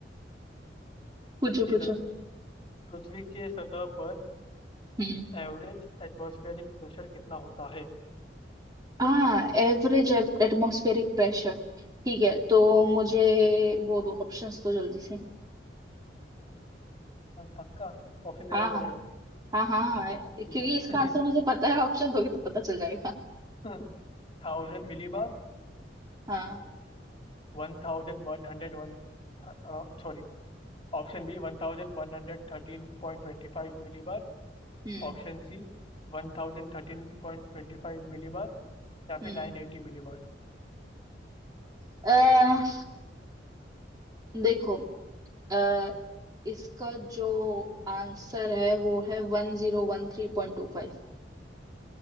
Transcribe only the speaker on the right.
पूछो
पूछो
हम्म
हाँ एवरेज एटमॉस्फेरिक प्रेशर ठीक है तो
मुझे वो दो ऑप्शंस तो जल्दी से
हाँ हाँ
हाँ हाँ
क्योंकि
इसका आंसर
मुझे पता है ऑप्शन दोगे तो पता चल जाएगा
हाँ
हम्म
हम्म
अह, देखो अह, इसका जो आंसर है वो है one zero one three point two five